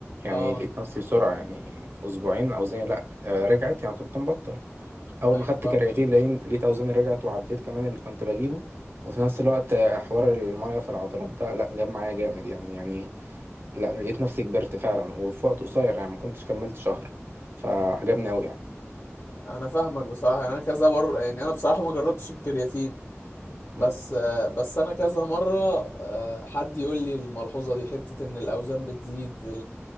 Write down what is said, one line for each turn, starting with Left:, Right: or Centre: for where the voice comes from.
Right: يعني
Left: اه
Right: لقيت نفسي بسرعة يعني في أسبوعين أوزاني لا آه، رجعت يعني كنت مبطل أول
Left: ايوه
Right: ما خدت
Left: فاهم
Right: كرياتين لقيت لقيت أوزاني رجعت وعديت كمان اللي كنت بجيبه وفي نفس الوقت آه، حوار المية في العضلات ده لا جاب معايا جامد يعني يعني لا لقيت نفسي كبرت فعلا وفي وقت قصير يعني ما كنتش كملت شهر فعجبني أوي يعني
Left: انا فاهمك بصراحه يعني انا كذا مره يعني انا بصراحه ما جربتش الكرياتين بس
Right: مم.
Left: آه، بس انا كذا مره آه، حد يقول لي الملحوظه دي حته ان الاوزان بتزيد